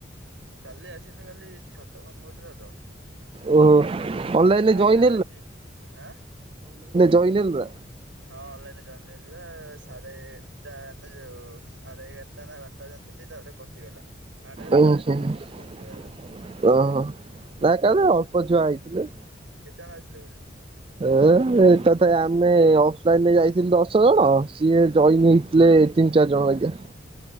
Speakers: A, on the right (about 75°); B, on the right (about 30°).
A: କାଲି ଆସିଲି କାଲି ଛାତ କାମ ହଉଥିଲା ତ <inaudible>
B: ଓହୋ ଅନଲାଇନରେ
A: ଡ୍ରାଏ ମରାହଉଥିଲା
B: ଜଏନ୍
A: ଆଜି ଆଁ
B: ଯଏନ୍ ହେଲୁ ନାଁ
A: ହଁ ଅନଲାଇନରେ ଯଏନ୍ ହେଲି। ଏରା ସାରେ ଏଗାରଟା। ମାନେ ଯୋଉ ସାଢେ ଏଗାରଟା ନା ବାରଟା ଯାଏଁ ଥିଲି ତାପରେ କଟିଗଲା। ଆଡେ ରହିଲି
B: ଓହୋ। ଓ
A: ସେ ତା ମନକୁ ମନକୁ କଟିଗଲା ତାର
B: ହ ତାଙ୍କର ଅଳ୍ପ ଛୁଆ ହେଇଚି। <unintelligible>
A: କେତେଜଣ ଆସିଲେ ବୋଲି?
B: ଏ ଏଇଟା ତ ଆମେ ଅଫଲାଇନରେ ଯାଇଥିଲୁ ଦଶଜଣ। ସିଏ ଜଏନ୍
A: ହୁଁ ହୁଁ।
B: ହେଇଥିଲେ ତିନି ଚାରି ଜଣ ଐକା।